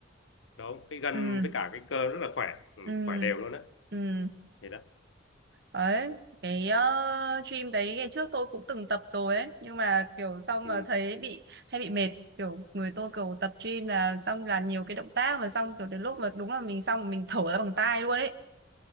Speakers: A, on the left; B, on the right.
A: đúng cái gân
B: ừ
A: với cả cái cơ rất là khỏe ừ,
B: ừ
A: khỏe đều luôn á
B: ừ
A: thì đó
B: đấy cái uh, gym đấy ngày trước tôi cũng từng tập rồi ấy nhưng mà kiểu xong
A: ừ,
B: mà thấy bị hay bị mệt kiểu người tôi kiểu tập gym là xong làm nhiều cái động tác mà xong kiểu đến lúc mà đúng là mình xong rồi mình thở ra bằng tai luôn ấy